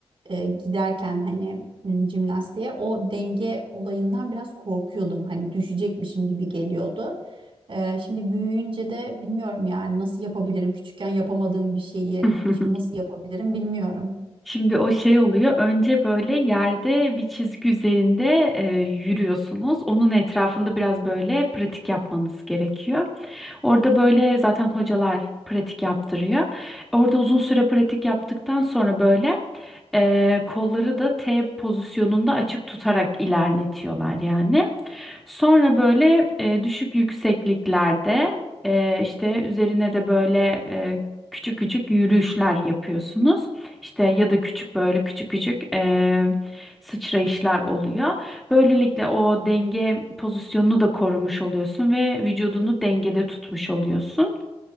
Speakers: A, on the right; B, in the centre.
A: eee, giderken hani m, jimnastiğe o denge olayından biraz korkuyordum. Hani düşecekmişim gibi geliyordu. Eee, şimdi büyüyünce de bilmiyorum yani nasıl yapabilirim? Küçükken yapamadığım bir şeyi
B: <laughs>
A: şimdi nasıl yapabilirim bilmiyorum.
B: Şimdi o şey oluyor. Önce böyle yerde bir çizgi üzerinde e, yürüyorsunuz. Onun etrafında biraz böyle pratik yapmanız gerekiyor. Orada böyle zaten hocalar pratik yaptırıyor. Orada uzun süre pratik yaptıktan sonra böyle e, kolları da T pozisyonunda açık tutarak ilerletiyorlar yani. Sonra böyle e, düşük yüksekliklerde e, işte üzerine de böyle e, küçük küçük yürüyüşler yapıyorsunuz. İşte ya da küçük böyle küçük küçük e, sıçrayışlar oluyor. Böylelikle o denge pozisyonunu da korumuş oluyorsun ve vücudunu dengede tutmuş oluyorsun.